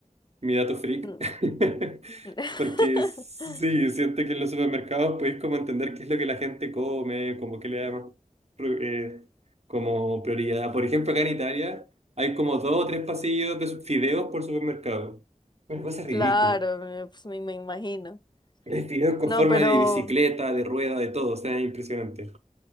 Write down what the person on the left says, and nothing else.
Mm.
<laughs>
Claro, eh, pues me, me imagino.
No,
pero